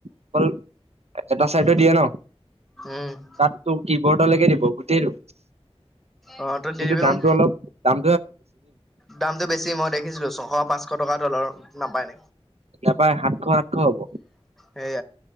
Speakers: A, on the right; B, in the centre.
A: অকল এটা চাইডত
B: <unintelligible>
A: দিয়ে ন।
B: উম।
A: তাত তোক কি বৰ্ডলৈকে দিব। গোটেইটো
B: অ তই দি
A: কিন্তু
B: দিবিচোন।
A: দাম অলপ দাম।
B: দামটো বেছি মই দেখিছিলো। ছশ পাঁচশ টকাটো অলপ নাপাই ন।
A: নাপায় সাতশ আঠশ হ'ব
B: সেই